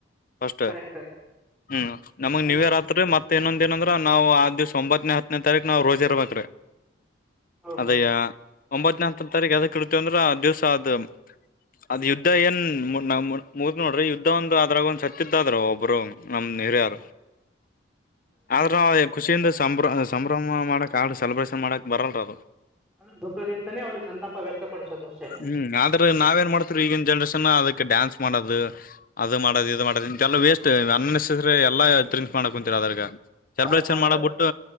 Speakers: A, on the left; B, in the centre.
A: ಫಸ್ಟ್
B: ಕರೆಕ್ಟ್
A: ಹ್ಮ್ ನಮಗ್
B: ಹಾ.
A: ನ್ವ ಇಯರ್ ಆ ಮತ್ತೇ ಇನೊಂದ ಏನಂದ್ರ ನಾವು ಆ ದಿವ್ಸ ಒಂಬತ್ತ್ತನೇ ಹತ್ತನೇ ತಾರೀಕ ನಾವ್ ರೋಜ ಇರಬೇಕ್ರೀ
B: ಓಹೋ
A: ಅದಯ್ಯ ಒಂಬತ್ತನ ಹತ್ತನ ತಾರೀಕು ಯಾವದಕ್ ಇಡ್ತೇವ ಅಂದ್ರ ದಿವ್ಸ ಅದು ಅದ್ ಯುದ್ಧ ಏನ್ ನ್ ಮುಗ್ ನೋಡ್ರಿ ಯುದ್ಧ ಒಂದು ಅದ್ರಾಗ ಒಂದ್ ಸತ್ತುದ್ದ ಅದ್ರ ಒಬ್ರು ನಮ್ದ ನರರೆ
B: ಹ
A: ಆದ್ರ ಖುಷಿಯಿಂದ ಸಂಭ್ರ ಸಂಭ್ರಮ ಮಾಡಕ್ ಆಗ್ಲಿ ಸೆಲೆಬ್ರೇಷನ್ ಮಾಡಕ್ ಬರಲ್ರ ಅದು
B: ಅಂದ್ರೆ ದುಃಖದಿಂದನೇ ಅವ್ರಿಗೆ ಸಂತಾಪ ವ್ಯಕ್ತಪಡಿಸೋದು
A: ಹ್ಮ್ ಆದ್ರೆ ನಾವ ನ್ ಮಾಡ್ತವಿ ಈಗಿನ ಜನ್ರೇಷನ್ ಅದಕ್ಕೆ ಡಾನ್ಸ್ ಮಾಡೋದು ಅದು ಮಾಡೋದು ಇದು ಮಾಡದು ಇಷ್ಟೆಲ್ಲಾ ವೇಸ್ಟ್ ಅನ್ ನ್ಸೆಸರಿ ಎಲ್ಲ <inaudible> ಮಾಡ ಕುಂತೀರ ಅದ್ರಾಗ
B: ಅಷ್ಟೇ
A: ಸೆಲೆಬ್ರೇಷನ್ ಮಾಡಕ್ ಬಿಟ್ಟು